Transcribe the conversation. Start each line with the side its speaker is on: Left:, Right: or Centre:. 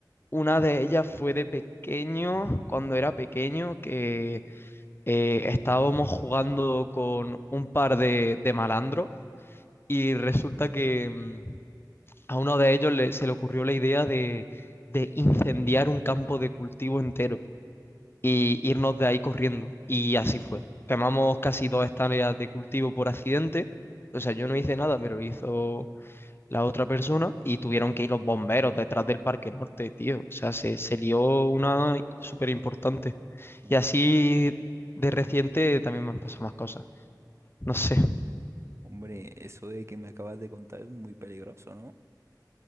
Left: una de ellas fue de pequeño, cuando era pequeño, que eh, estábamos jugando con un par de, de malandros y resulta que mm, a uno de ellos le- se le ocurrió la idea de, de incendiar un campo de cultivo entero y irnos de ahí corriendo. Y así fue. Quemamos casi dos hectáreas de cultivo por accidente. O sea, yo no hice nada, pero lo hizo la otra persona y tuvieron que ir los bomberos detrás del Parque Norte, tío. O sea, se, se lió una súper importante.
Right: Mu-
Left: Y así de reciente también me han pasado más cosas. No sé.
Right: Hombre, eso de que me acabas de contar es muy peligroso, ¿no?